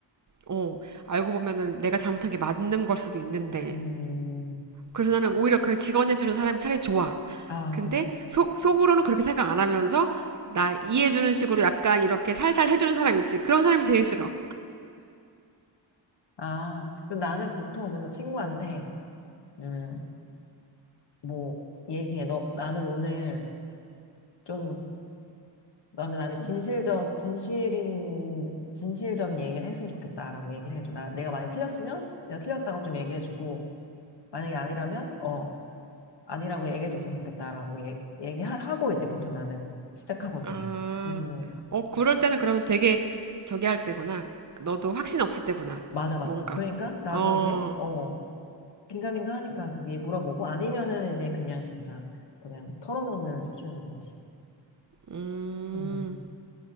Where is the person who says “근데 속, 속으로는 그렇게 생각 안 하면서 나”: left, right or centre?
Right